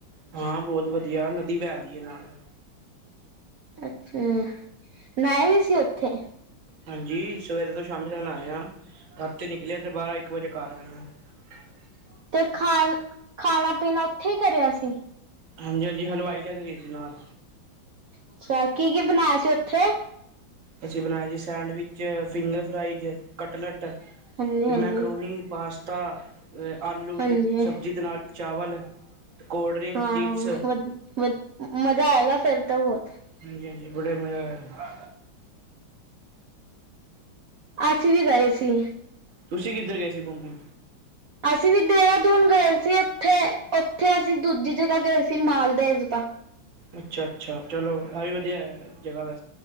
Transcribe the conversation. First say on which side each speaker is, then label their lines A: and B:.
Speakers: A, on the right; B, on the right.
A: ਆ ਬਹੁਤ ਵਧੀਆ, ਨਦੀ ਬਹਿ ਰਹੀ ਐ ਨਾਲ।
B: ਐਥੇ, ਮੈਂ ਵੀ ਸੀ ਉਥੇ।
A: ਹਾਂਜੀ ਸਵੇਰੇ ਤੋਂ ਸ਼ਾਮ ਤਕ ਨਹਾਏ ਆ, ਰਾਤੀ ਨਿਕਲੇ ਆਂ ਤੇ ਬਾਰਾਂ ਇੱਕ ਵਜੇ ਘਰ ਆਏ ਆਂ। ਹ <unintelligible>
B: ਤੇ ਖਾ ਖਾਣਾ ਪੀਣਾ ਉੱਥੇ ਈ ਕਰਿਆ ਸੀ।
A: ਹਾਂਜੀ ਹਾਂਜੀ, ਹਲਵਾਈ ਲੈ ਕੇ ਗਈ ਸੀ ਨਾਲ।
B: ਅੱਛਾ, ਕੀ ਕੀ ਬਣਾਇਆ ਸੀ ਉੱਥੇ।
A: ਅਸੀਂ ਬਣਾਏ ਜੀ ਸੈਂਡਵਿਚ, ਫਿੰਗਰ ਫਰਾਈਜ, ਕਟਲਟ
B: ਹਾਂਜੀ
A: ਤੇ
B: ਹਾਂਜੀ
A: ਮੈਕਰੋਨੀ, ਪਾਸਤਾ, ਆਲੂ,
B: ਹਾਂਜੀ
A: ਤੇ ਸਬਜ਼ੀ ਦੇ ਨਾਲ ਚਾਵਲ ਕੋਲਡ ਡਰਿੰਕ
B: ਹਾਂਆਂਆਂ।
A: ਚਿਪਸ
B: ਵਧ ਵਧ। ਮਜ਼ਾ ਆਏਗਾ ਫੇਰ ਤਾਂ ਹੋਰ।
A: ਹਾਂਜੀ-ਹਾਂਜੀ। ਬੜਾ ਮਜ਼ਾ ਆਯਾ।
B: ਅਸੀ ਵੀ ਗਏ ਸੀ।
A: ਤੁਸੀਂ ਕਿੱਧਰ ਗਏ ਸੀ ਘੁੰਪਣ?
B: ਅਸੀਂ ਵੀ ਦੇਹਰਾਦੂਨ ਗਏ ਸੀ ਉੱਥੇ, ਉੱਥੇ ਅਸੀਂ ਦੂਜੀ ਜਗਾ ਗਏ ਸੀ। ਤੇ ਮਾਲ ਭੇਜ ਦਿਤਾ।
A: ਅੱਛਾ-ਅੱਛਾ, ਚਲੋ ਇਹ ਵੀ ਵਧੀਆ ਹੈ ਜਗਾ ਵੈ